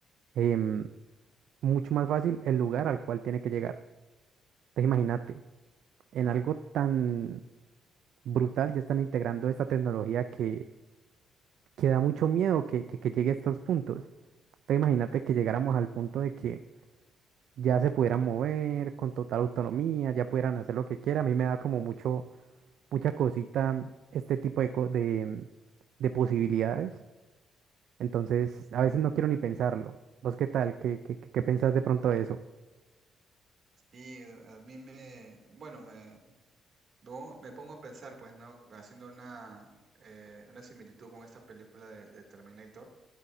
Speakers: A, on the right; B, on the right.
A: em, mucho más fácil el lugar al cual tiene que llegar. Entonces imagínate, en algo tan brutal ya están integrando esta tecnología que, que da mucho miedo que, que, que llegue a estos puntos. Entonces imagínate que llegáramos al punto de que ya se pudieran mover con total autonomía, ya pudieran hacer lo que quieran. A mí me da como mucho, mucha cosita este tipo de, co- de, de posibilidades. Entonces, a veces no quiero ni pensarlo. ¿Vos qué tal? ¿Qué, qué, qué qué pensás de pronto de eso?
B: Sí, a mí me, bueno, me, me pongo me pongo a pensar, pues, ¿no? Haciendo una, eh, una similitud con esta película de, de Terminator.